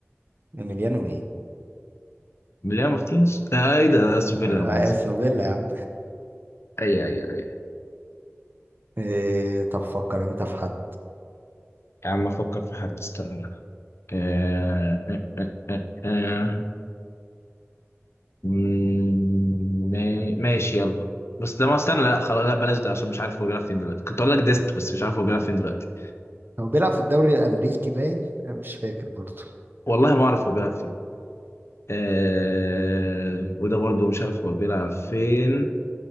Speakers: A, on the right; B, on the left.
A: إيميليانو مين
B: مليان مارتينيز آه، ايه ده ده سوبر
A: آه،
B: لا مؤاخذة
A: أستون فيلا يا عم
B: اي اي اي
A: <laughs> إيه طب فكر انت في حد
B: يا عم افكر في حد استنى آه آه آه آه. مم، ما- ماشي يلا بس ده ما استنى لا خلاص لا بلاش ده عشان مش عارف هو بيلعب فين دلوقتي كنت اقول لك ديست بس مش عارف هو بيلعب فين دلوقتي
A: هو بيلعب في الدوري الأمريكي باين آه، مش فاكر برضه
B: والله ما اعرف هو بيلعب فين آه وده برضو مش عارف هو بيلعب فين